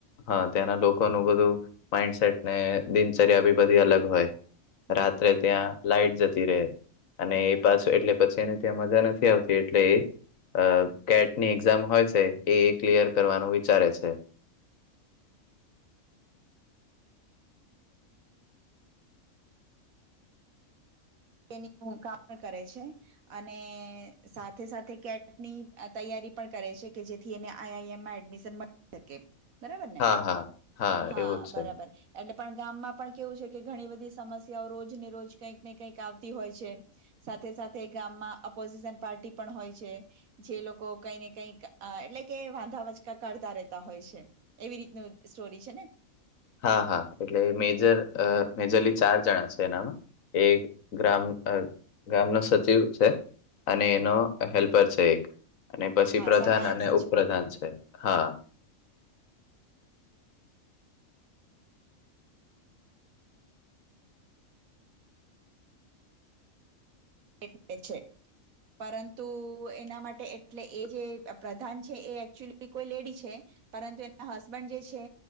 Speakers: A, on the left; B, on the right.
A: હા ત્યાંના લોકોનું બધું માઈન્ડસેટને દિનચર્યા બી બધી અલગ હોય
B: હમ
A: રાત્રે ત્યાં લાઈટ જતી રહે અને
B: હમ
A: એ પાછો એટલે પછી તેને ત્યાં મજા નથી આવતી એટલે એ અ કેટની એક્ઝામ હોય છે એ ક્લિયર કરવાનું વિચારે છે
B: તેની <inaudible> કામ પણ <inaudible> કરે છે અને સાથે સાથે કેટની તૈયારી કરે છે કે જે થી એને આઇ આઇ એમ માં એડમિશન મળી શકે બરાબર ને
A: હા હા
B: હા
A: એવું જ છે.
B: બરાબર એટલે પણ ગામમાં પણ કેવું છે કે ઘણી બધી સમસ્યાઓ રોજ ને રોજ કંઈક ને કઈક આવતી હોય છે સાથે સાથે ગામમાં ઓપોઝિશન પાર્ટી પણ હોય છે જે લોકો કઈ ને કંઈક એટલે કે વાંધા વચકા કાઢતા રહેતા હોય છે એવી રીતનું સ્ટોરી છે ને
A: હા હા એટલે
B: હમ
A: મેજર અ મેજરલી ચાર જણા છે એનામાં એક ગ્રામ ગામનો સચિવ છે અને એનો હેલ્પર છે એક અને પછી
B: હા
A: પ્રધાન
B: સહાયક
A: અને
B: સચિવ
A: ઉપપ્રધાન છે હા
B: એક બે છે પરંતુ, એના માટે એટલે એ જે પ્રધાન છે, એ એકચુલી કોઈ લેડી છે. પરંતુ એમના હસબન્ડ જે છે,